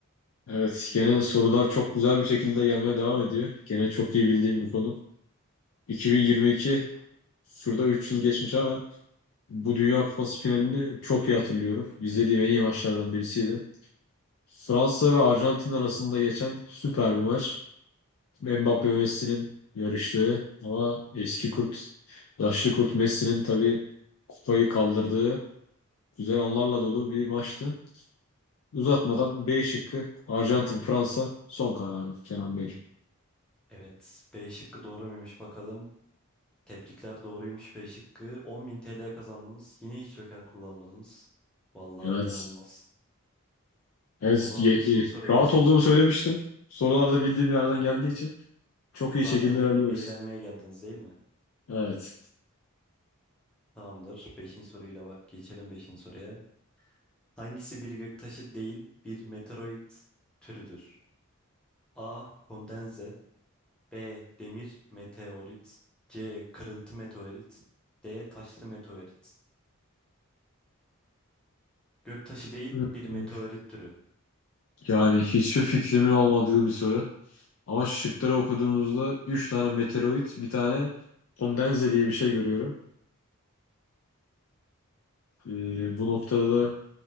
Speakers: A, on the left (about 65°); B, in the centre.
A: Evet, gene sorular çok güzel bir şekilde gelmeye devam ediyor. Gene çok iyi bildiğim bir konu. 2022, şurada 3 yıl geçmiş ama Bu Dünya Kupası finalini çok iyi hatırlıyorum. İzlediğim en iyi maçlardan birisiydi. Fransa ve Arjantin arasında geçen süper bir maç. Mbappe ve Messi'nin yarıştığı ama eski kurt, yaşlı kurt Messi'nin tabii kupayı kaldırdığı güzel anlarla dolu bir maçtı. Uzatmadan B şıkkı Arjantin-Fransa son kararı Kenan Bey.
B: Evet, B şıkkı doğru muymuş bakalım. Tebrikler doğruymuş B şıkkı. 10.000 TL kazandınız. Yine hiç joker kullanmadınız. Vallahi
A: Evet.
B: inanılmaz.
A: Evet,
B: O zaman
A: ye-
B: beşinci
A: e,
B: soruya
A: rahat
B: geçelim.
A: olduğumu söylemiştim. Sorularda bildiğim yerden geldiği için çok iyi
B: Zaten
A: şekilde
B: e-
A: ilerliyoruz.
B: eğlenmeye geldiniz değil mi?
A: Evet.
B: Tamamdır. Beşinci soruyla ba- geçelim beşinci soruya. Hangisi bir göktaşı değil bir meteoroid türüdür? A. Kondenze B. Demir meteorit. C. Kırıntı meteorit. D. Taşlı meteorit. Göktaşı değil
A: Ee,
B: bir meteorit türü.
A: Yani hiçbir fikrimin olmadığı bir soru. Ama şıkları okuduğunuzda 3 tane meteoroid, bir tane kondenze diye bir şey görüyorum. Ee, bu noktada da